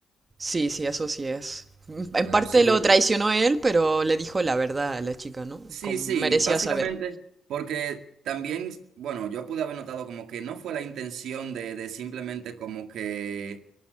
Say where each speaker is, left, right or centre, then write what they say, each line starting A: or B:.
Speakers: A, on the right; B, on the right.
A: Sí, sí, eso sí es. En
B: Pero
A: parte
B: sí,
A: lo traicionó él, pero le dijo la verdad a la chica, ¿no?
B: sí,
A: Como
B: sí,
A: merecía
B: básicamente
A: saber.
B: porque también, bueno, yo pude haber notado como que no fue la intención de, de simplemente como que